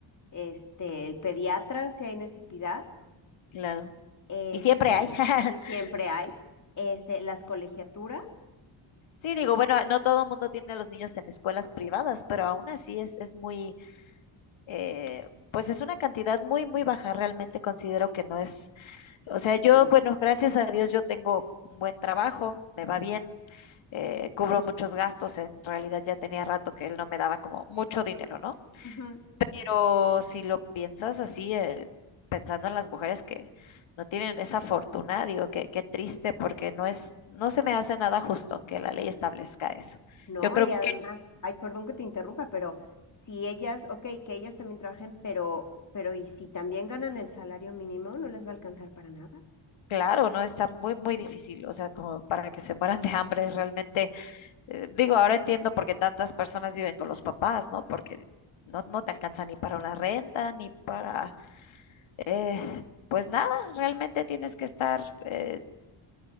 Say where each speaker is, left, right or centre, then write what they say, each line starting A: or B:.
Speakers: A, on the left; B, on the left.
A: Este, el pediatra, si hay necesidad.
B: Claro.
A: este,
B: Y siempre hay.
A: y
B: <laughs>
A: siempre hay, este, las colegiaturas.
B: Sí, digo, bueno, no todo el mundo tiene a los niños en escuelas privadas, pero aún así es, es muy, eh, pues es una cantidad muy, muy baja. Realmente considero que no es, o sea, yo,
A: No.
B: bueno, gracias a Dios yo tengo un buen trabajo, me va bien, eh, cubro muchos gastos. En realidad ya tenía rato que él no me daba como mucho dinero, ¿no?
A: Ujú.
B: Pero si lo piensas así, eh, pensando en las mujeres que no tienen esa fortuna, digo que qué triste porque no es, no se me hace nada justo que la ley establezca eso.
A: No,
B: Yo creo
A: y además, ay, perdón que te interrumpa, pero si ellas, ok, que ellas también trabajen, pero, pero ¿y si también ganan el salario mínimo, no les va a alcanzar para nada?
B: Claro, no está muy, muy difícil, o sea, como para que se mueran de hambre realmente. eh, digo, ahora entiendo por qué tantas personas viven con los papás, ¿no? Porque no, no te alcanza ni para una renta, ni para, eh, pues nada, realmente tienes que estar eh,